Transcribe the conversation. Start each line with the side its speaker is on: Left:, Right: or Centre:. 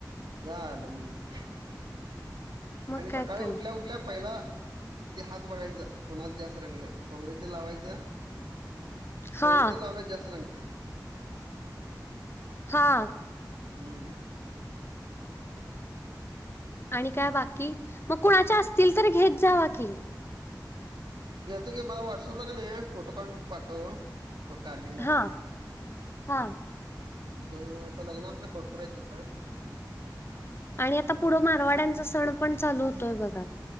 Right: झालं मेंदी
Left: मग
Right: आणि
Left: काय
Right: सकाळी
Left: तर.
Right: उठल्या उठल्या पहिला ते हात बघायचं कुणात जास्त रंगलंय खोबऱेल तेल लावायचं खोबरेल
Left: हां,
Right: तेल लावल्यावर जास्त रंगते.
Left: हा
Right: हम्म.
Left: आणि काय बाकी मग कुणाच्या असतील तर घेत जावा की
Right: घेतो की मला व्हॉट्सअप ला का नाही फोटो काढून पाठव. प काढलेला.
Left: हां, हां
Right: ब आता लग्न आमच्यात भरपूर आहे इथं
Left: आणि आता पुढं मारवाड्यांचा सण पण चालू होतोय बघा